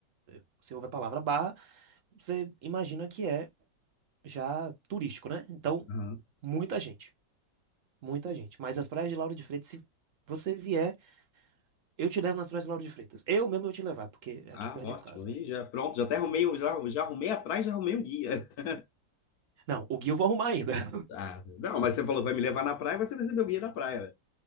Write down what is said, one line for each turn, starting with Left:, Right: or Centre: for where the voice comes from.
Right: eh, você ouve a palavra barra, você imagina que é já turístico, né? Então,
Left: Aham.
Right: muita gente, muita gente. Mas as praias de Lauro de Freitas, se você vier, eu te levo nas praias de Lauro de Freitas. Eu mesmo vou te levar, porque é aqui
Left: Ah,
Right: perto
Left: ótimo.
Right: de casa.
Left: Aí já, pronto, já até arrumei, o- já, já arrumei a praia e já arrumei o guia. <laughs>
Right: Não, o guia eu vou arrumar ainda. <laughs>
Left: Ah, não, mas você falou que vai me levar na praia, você vai ser meu guia da praia. né?